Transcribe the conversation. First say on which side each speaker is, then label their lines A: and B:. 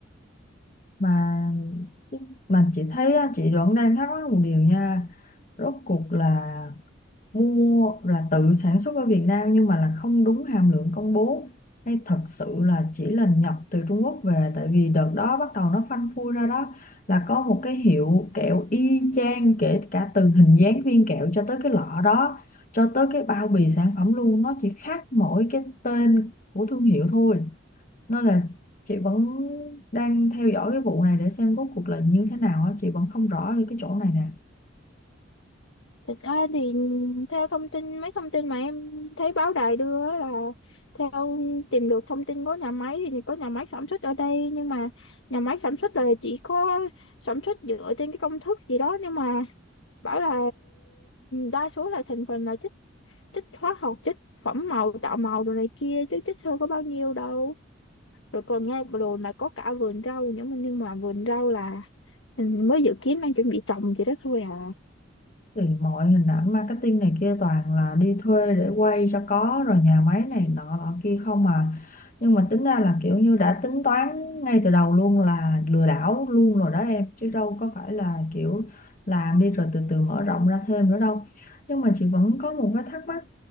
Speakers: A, on the left; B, on the left.
A: mà mà chị thấy á, chị vẫn đang thắc mắc một điều nha rốt cuộc là mua là tự sản xuất ở Việt Nam nhưng mà là không đúng hàm lượng công bố hay thật sự là chỉ là nhập từ Trung Quốc về tại vì đợt đó bắt đầu nó phanh phui ra đó là có một cái hiệu kẹo y chang kể cả từ hình dáng viên kẹo cho tới cái lọ đó cho tới cái bao bì sản phẩm luôn nó chỉ khác mỗi cái tên của thương hiệu thôi nên là chị vẫn đang theo dõi cái vụ này để xem rốt cuộc là như thế nào á chị vẫn không rõ ở cái chỗ này nè
B: Thực ra thì theo thông tin mấy thông tin mà em thấy báo đài đưa á là theo tìm được thông tin có nhà máy thì có nhà máy sản xuất ở đây nhưng mà nhà máy sản xuất là chỉ có sản xuất dựa trên cái công thức gì đó nhưng mà bảo là đa số là thành phần là chất chất hóa học chất phẩm màu tạo màu đồ này kia chứ chất xơ có bao nhiêu đâu rồi còn nghe đồn là có cả vườn rau nhưng mà nhưng mà vườn rau là mình mới dự kiến đang chuẩn bị trồng gì đó thôi à
A: thì mọi hình ảnh marketing này kia toàn là đi thuê để quay cho có rồi nhà máy này nọ nọ kia không mà nhưng mà tính ra là kiểu như đã tính toán ngay từ đầu luôn là lừa đảo luôn rồi đó em chứ đâu có phải là kiểu làm đi rồi từ từ mở rộng ra thêm nữa đâu nhưng mà chị vẫn có một cái thắc mắc